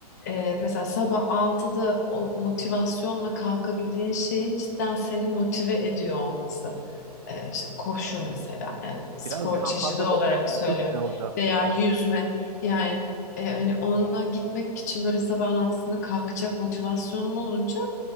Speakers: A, on the left; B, on the right.
A: Ee, mesela sabah altıda o motivasyonla kalkabildiğin şeyin cidden seni motive ediyor olması. Ee, işte koşu mesela yani spor
B: Biraz daha
A: çeşidi
B: fazla
A: olarak
B: motive etseydi
A: söylüyorum
B: çok güzel olacaktı
A: veya
B: ya.
A: yüzme yani e, hani onunla gitmek için böyle sabahın altısında kalkacak motivasyonun olunca